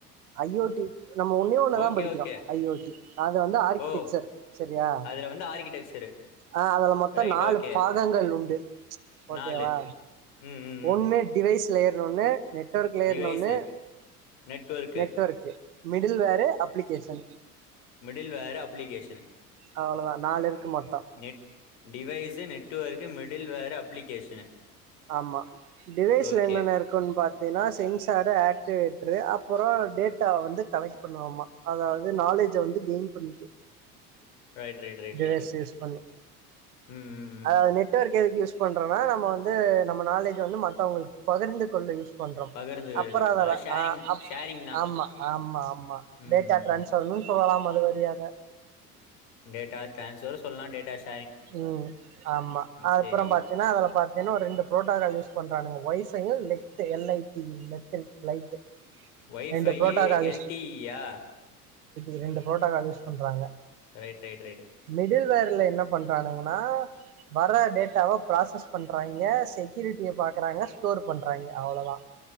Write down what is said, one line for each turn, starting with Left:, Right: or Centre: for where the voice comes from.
Right: ஐஓடி நம்ம ஒன்னே ஒன்னதான்
Left: ஓகே
Right: படிக்கிறோம்
Left: ஓகே
Right: ஐஓடி அத வந்து ஆர்க்கிடெக்செர்
Left: ஓ
Right: செரியா
Left: அதுல வந்து ஆர்கிடெக்சரு
Right: ஆ அதுல மொத்த
Left: ரைட்
Right: நாலு
Left: ஓகே
Right: பாகங்கள் உண்டு ஓகேவா
Left: நாலு ம் ம் ம்
Right: ஒன்னு டி வெய்ஸ் லேயர் ஒன்னு நெட் டொர்க்லேயர்னு
Left: device
Right: ஒன்னு
Left: network
Right: network middleware application
Left: middleware application
Right: அவ்வளோதா நாலு இருக்கு மொத்தோ
Left: net device network middleware application
Right: ஆமா டிவைஸ்ல
Left: ஓகே
Right: என்னென்ன இருக்குன் பாத்தீனா சென்சாரு ஆக்டிவேட்ரு அப் பொரொ டேட்டாவ வந்து கலைக் பண்ணுவாமா அதாவ்து நாலேஜ வந்து கெயின் பண்ணிக்கு
Left: ரைட் ரேட் ரேட்
Right: டிவைஸ்
Left: ரேட்ட
Right: யூஸ் பண்ணி
Left: ம் ம் ம்
Right: அதாவது நெட்வொர்க் எதுக்கு யூஸ் பண்ணுறோனா நம்ம வந்து நம்ம நாலேஜ் வந்து மத்தவங்ளுக்கு பகிர்ந்து கொள்ள யூஸ் பண்றொ
Left: பகிர்ந்துக்கிறதுக்கு
Right: அப்பற அதவ
Left: அதாவது
Right: <inaudible>
Left: ஷேரிங்
Right: அ அப்
Left: ஷேரிங் தா
Right: ஆம்மா ஆம்மா ஆம்மா
Left: ம்
Right: டேட்டா
Left: ம்
Right: டிரான்ஸ்வர்னு
Left: ம்
Right: சொல்லலாம் மத வரியாக
Left: டேட்டா டிரான்ஸ்வர் சொல்லாம் டேட்டா ஷ்
Right: ம் ஆமா அத்ப்பற
Left: சேரி
Right: பாத்தீன்னா அதுல பாத்தீன்னா ஒரு ரெண்டு ப்ரோட்டாக்கால் யூஸ் பண்றானுங்க ஒய்ஸ் <unintelligible> லெட்டு எல்ஐடி மெட்ட லைட்டு
Left: வைஃபையி
Right: ரெண்டு ப்ரோட்டோகால்
Left: எல்டிஇயா
Right: இரண்டு புரோட்டாகால் யூஸ் பண்றாங்க
Left: ரைட் ரைட் ரைட்
Right: மிடில் வேர்ல என்ன பண்றானுங்னா வர டேட்டாவ ப்ராசஸ் பண்றாய்க செக்குரிட்டிய பாக்குறாங்க ஸ்டோர் பண்றாய்ங்க அவ்ளோதான் <inaudible>